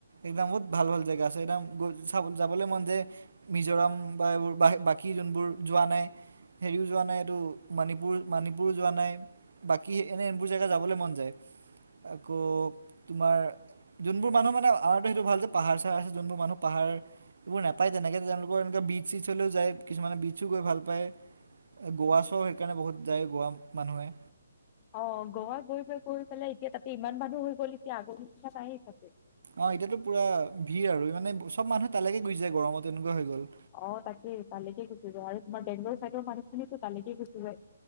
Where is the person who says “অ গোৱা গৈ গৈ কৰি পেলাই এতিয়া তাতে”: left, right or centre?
Left